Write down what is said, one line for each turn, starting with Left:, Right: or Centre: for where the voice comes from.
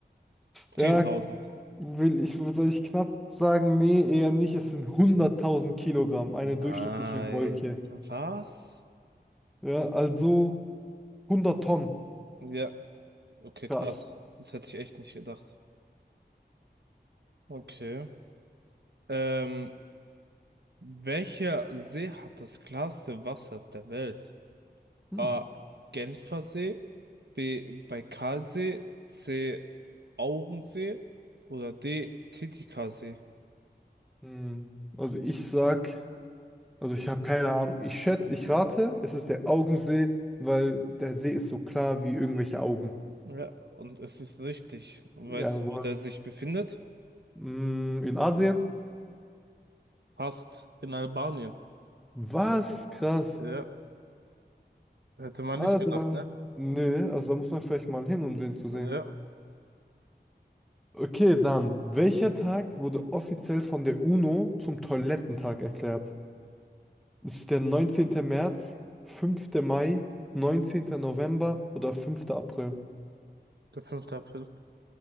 Centre: Ja,
Right: 10.000.
Centre: will ich, soll ich knapp sagen? Nee, eher nicht. Es sind hunderttausend Kilogramm, eine
Right: Nein.
Centre: durchschnittliche Wolke.
Right: Was?
Centre: Ja, also hundert Tonnen.
Right: Ja, okay,
Centre: Krass.
Right: krass. Das hätte ich echt nicht gedacht. Okay. Ähm, welcher See hat das klarste Wasser der Welt?
Centre: Hm.
Right: A. Genfer See, B. Baikalsee, C. Augensee oder D. Titicacasee.
Centre: Hm. Also ich sag, also ich habe keine Ahnung. Ich schätze, ich rate, es ist der Augensee, weil der See ist so klar wie irgendwelche Augen.
Right: Ja, und es ist richtig. Weißt
Centre: Jawohl.
Right: du, wo der sich befindet?
Centre: Hm, in Asien?
Right: Passt, in Albanien.
Centre: Was? Krass.
Right: Ja, hätte man
Centre: Ah,
Right: nicht gedacht,
Centre: da.
Right: ne?
Centre: Nö, also da muss man vielleicht mal hin, um den zu sehen.
Right: Ja,
Centre: Okay, dann. Welcher Tag wurde offiziell von der UNO zum Toilettentag erklärt? Ist es der 19. März, 5. Mai, 19. November oder 5. April?
Right: der fünfte April. <laughs>